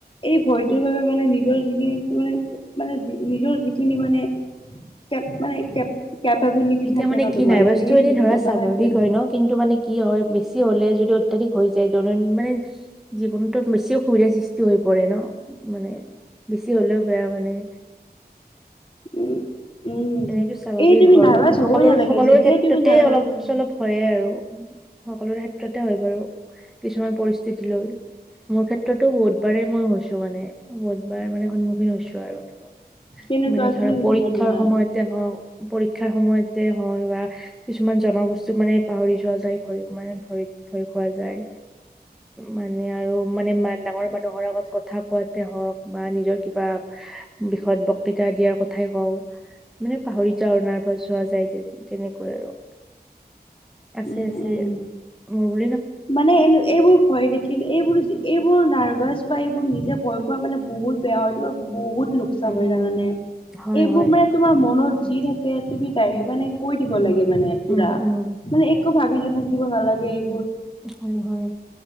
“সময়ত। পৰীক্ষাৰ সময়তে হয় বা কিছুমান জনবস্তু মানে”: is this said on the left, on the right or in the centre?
Centre